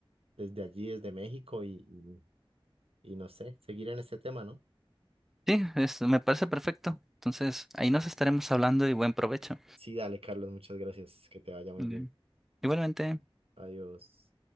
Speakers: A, on the right; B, in the centre.
A: desde allí, desde México y, y, y no sé, seguir en este tema, ¿no?
B: Sí, es- me parece perfecto. Entonces, ahí nos estaremos hablando y buen provecho.
A: Sí, dale, Carlos, muchas gracias. Que te vaya muy
B: Vale.
A: bien.
B: Igualmente.
A: Adiós.